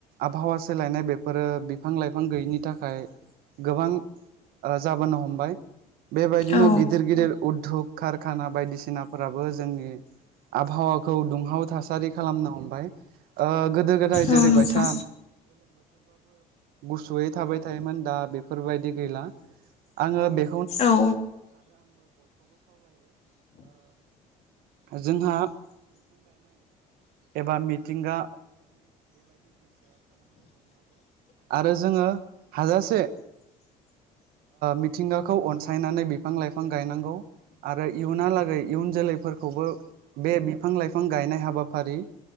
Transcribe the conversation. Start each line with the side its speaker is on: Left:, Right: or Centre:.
Right: आबहावा सोलायनाय बेफोरो बिफां लाइफां गैयिनि थाखाय। गोबां जाबोनो हमबाय बेबायदिनो
Left: औ
Right: गिदिर गिदिर। उद्धग कारखाना बायदिसिनाफोराबो जोंनि आबहावाखौ दुंहाव थासारि खालामनो हमबाय ओ गोदो गोदाय जेरैबायसा
Left: औ नोंथां
Right: बेफोरबायदि गैला आङो
Left: औ
Right: जोंहा एबा मिथिंगा आरो जोङो हाजासे मिथिंगा खौ अनसायनानै बिफां लाइफां गायनांगौ आरो इयुनलागै इयुन जोलैफोरखौबो बे बिफां लाइफां गायनाय हाबाफारि